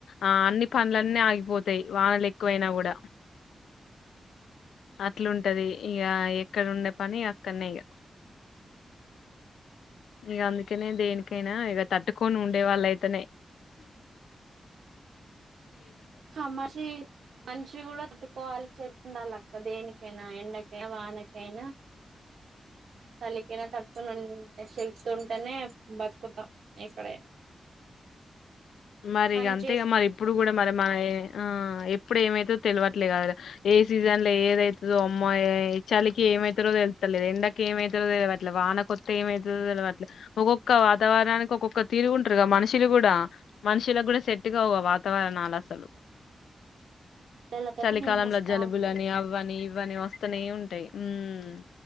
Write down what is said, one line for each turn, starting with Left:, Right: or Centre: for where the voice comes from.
Left: ఆహ్ అన్ని పనులన్నీ ఆగిపోతాయి. వానలు ఎక్కువైనా కూడా అట్లుంటది. ఇగ ఎక్కడ ఉండే పని అక్. కన్నయ్య. ఇంకా అందుకానే దేనికి. ఓకేనా ఇగ తట్టుకొని ఉండే వాళ్ళు అయితనే
Right: హ మషి మనిషి కూడా తట్టుకోవాల్సి ఉండాల దేనికైనా ఎండకైనా, వానకైనా, చలికైనా త హ్ <unintelligible> శక్తి ఉంటనే బతుకుతాం ఎక్కడైనా.
Left: మరిగ
Right: పని
Left: అంతేగా
Right: చేసు
Left: మరి ఇప్పుడు కూడా మరి మన ఏ. ఆహ్ ఎప్పుడు ఏమైతదో తెలివట్లేదు కదా ఏ సీజన్ లో ఏదైతదో అమ్మా ఈ చలికి ఏమైతారో తెలుస్తలే ఎండాకి ఏమైతదో తెలివట్లేదు వానకి పోతే ఏమవుతదో తెలివట్లేదు ఒక్కొక్క వాతావరణానికి ఒక్కొక్క తిరుగుంటారు కాద మనుషులు కూడా. మనుషులకు కూడా సెట్టుగావు ఆ వాతావరణాలు అసలు.
Right: పిల్లలకైతే
Left: చలికాలంలో
Right: నిమ్మొస్తా
Left: జలుబులని
Right: ఉంటది
Left: అవ్వని ఇవ్వని వస్తనే ఉంటా అంటే ఇగ ఉమ్.